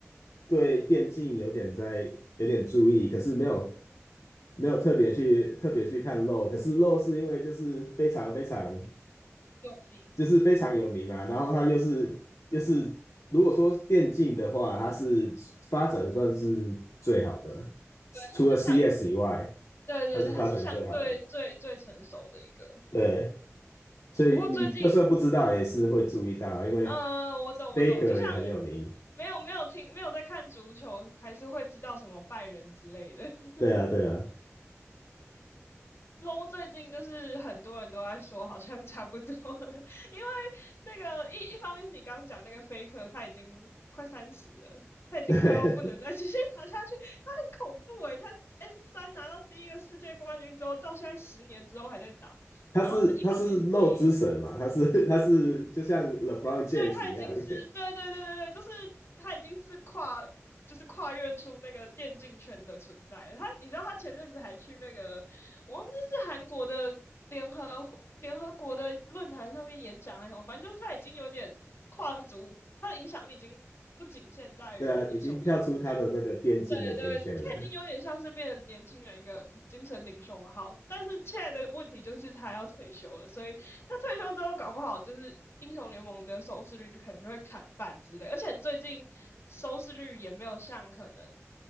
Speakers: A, on the left; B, on the left.
A: 对电竞有点在有点注意，可是没有没有特别去特别去看漏，可是漏是因为就是非常非常
B: 有名，
A: 就是非常有名嘛，然后它又是又是如果说电竞的话，它是发展算是最好的，
B: 它是相
A: 除了 CS 以外，
B: 对对对，
A: 它是发展最好的。
B: 它是相对最最成熟的一个。
A: 对，所以你就算不知道也是会注意到，
B: 不过最近
A: 因为
B: 嗯，我懂，我懂，
A: Faker
B: 就像
A: 也很有名。
B: 没有没有听没有在看足球，还是会知道什么拜仁之类的。<laughs>
A: 对啊，对啊，
B: low 最近就是很多人都在说，好像差不多了，<laughs> 因为那个一一方面是你刚刚讲那个 f a 他已经快三十了，他已经快要不能再继续
A: 对，
B: <laughs> 打下去，他很恐怖诶、他 S 三拿到第一个世界冠军之后，到现在十年之后还在打，
A: <laughs> 他是他是漏之神嘛，
B: 然后一方面。嗯
A: 他是他是就像 LeBron James
B: 对，他已经是，
A: 一样。<laughs>
B: 对对对对对，就是他已经是跨，就是跨越出那个电竞圈的存在了他，你知道他前阵子还去那个，我忘记是韩国的联合联合国的论坛上面演讲还是什么，反正就是他已经有点跨足，他的影响力已经不不仅限在于英雄联盟
A: 对啊，已经跳出他的那个电竞的圈圈了。
B: 对对，他已经有点像是变成年轻人一个精神领袖嘛。好，但是现在的问题就是他要退休了，所以他退休之后搞不好就是英雄联盟的收视率就可能就会砍半之类。而且最近收视率也没有像可能